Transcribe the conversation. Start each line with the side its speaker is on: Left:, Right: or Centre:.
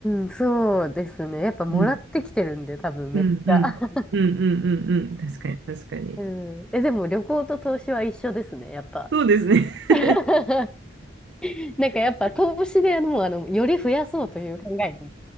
Centre: ん、そうですね。やっぱもらってきてるんで、
Right: うん、
Centre: 多分めっちゃ。
Right: うん、うん、
Centre: <laughs>
Right: うん、うん、うん、うん確かに、確かに。
Centre: うん。え、でも旅行と投資は一緒ですね、やっぱ。
Right: そうですね。<laughs>
Centre: <laughs> なんかやっぱ投資であの、もうあの、より増やそうという考えに